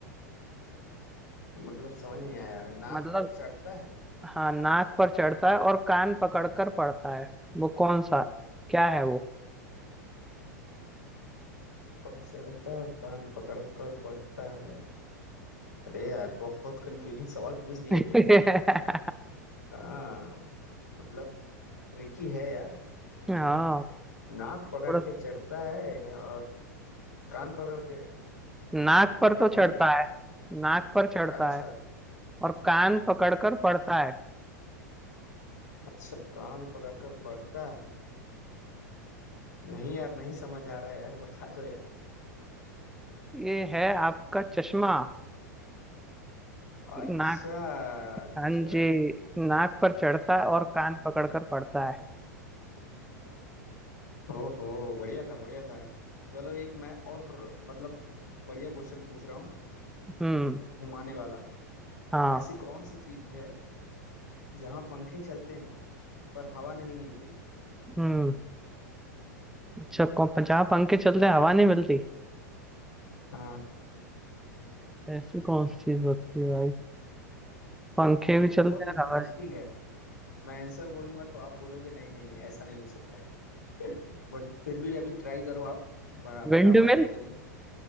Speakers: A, on the left; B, in the centre.
A: मतलब समझ नहीं आया नाक
B: मतलब
A: पर चढ़ता है
B: हाँ नाक पर चढ़ता है और कान पकड़कर पढ़ता है वो कौन सा क्या है वो
A: पर चढ़ता है और कान पकड़ कर बढ़ता है अरे यार बहुत कंफ्यूजिंग सवाल पूछ दिए
B: <laughs>
A: तुम तो हाँ मतलब ट्रिकी है यार
B: हाँ
A: <laughs> नाक पकड़
B: थोड़ा
A: के चढ़ता है और कान पकड़ के
B: नाक पर
A: क्या
B: तो चढ़ता
A: बोले
B: है नाक पर चढ़ता
A: अच्छा
B: है और कान पकड़कर पढ़ता है
A: अच्छा कान पकड़ कर बढ़ता है नहीं यार नहीं समझ आ रहा है यार बता दो यार
B: ये है आपका चश्मा
A: अच्छा
B: नाक
A: अच्छा
B: हाँ जी नाक पर चढ़ता है और कान पकड़कर पढ़ता है
A: ओहो बढ़िया था बढ़िया था चलो एक मैं और मतलब बढ़िया क्वेश्चन पूछ रहा हूँ
B: हम्म
A: घुमाने वाला
B: हाँ
A: ऐसी कौन सी चीज है जहाँ पंखे चलते हैं पर हवा नहीं मिलती
B: हम्म अच्छा कौन जहाँ पंखे चलते हैं हवा नहीं मिलती
A: हाँ
B: ऐसी कौन सी चीज होती है भाई पंखे भी
A: ये
B: चलते
A: बहुत
B: हैं
A: इंटरेस्टिंग
B: हवा
A: है मैं आंसर बोलूंगा तो आप बोलोगे नहीं नहीं नहीं ऐसा नहीं हो सकता है बट फिर भी अभी ट्राई करो आप बड़ा- बता
B: विंड
A: पाते
B: मिल
A: हो कि नहीं